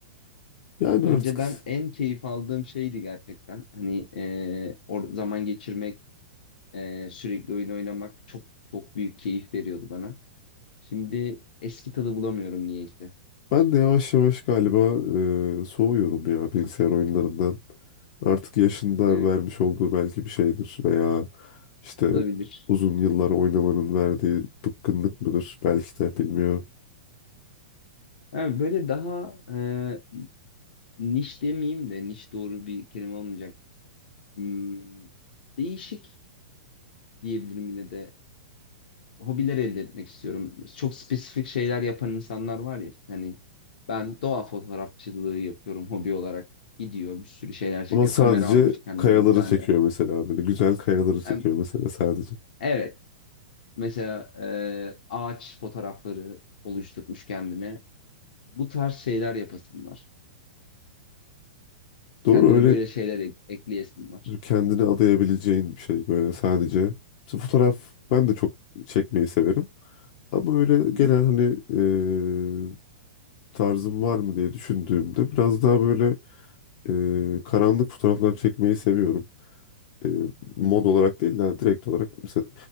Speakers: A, on the left (about 50°); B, on the left (about 65°).
A: Yani
B: önceden
A: artık
B: en keyif aldığım şeydi gerçekten. Hani e, or zaman geçirmek, e, sürekli oyun oynamak çok çok büyük keyif veriyordu bana. Şimdi eski tadı bulamıyorum niyeyse.
A: ben de yavaş yavaş galiba e, soğuyorum ya bilgisayar oyunlarından. Artık yaşında
B: Evet,
A: vermiş olduğu belki bir şeydir veya işte
B: olabilir.
A: uzun yıllar oynamanın verdiği bıkkınlık mıdır belki de bilmiyorum.
B: Ha, böyle daha e, niş demeyeyim de niş doğru bir kelime olmayacak. Hmm, değişik diyebilirim yine de hobiler elde etmek istiyorum. Çok spesifik şeyler yapan insanlar var ya. Hani ben doğa fotoğrafçılığı yapıyorum hobi olarak. Gidiyor bir sürü şeyler çekiyor.
A: Ama sadece
B: Kamera almış kendine
A: kayaları
B: bir tane.
A: çekiyor mesela böyle güzel kayaları çekiyor
B: Hem-
A: mesela sadece.
B: Evet. Mesela e, ağaç fotoğrafları oluşturmuş kendine. Bu tarz şeyler yapasım var.
A: Doğru
B: Kendime
A: öyle
B: böyle şeyler ek- ekleyesim var.
A: Böyle kendini adayabileceğin bir şey böyle sadece. Mesela fotoğraf ben de çok çekmeyi severim. Ama öyle
B: Hı
A: genel
B: hı,
A: hani eee, tarzım var mı diye düşündüğümde biraz daha böyle eee, karanlık fotoğraflar çekmeyi seviyorum. Eee, mod
B: hı hı.
A: olarak değil de hani direkt olarak mesela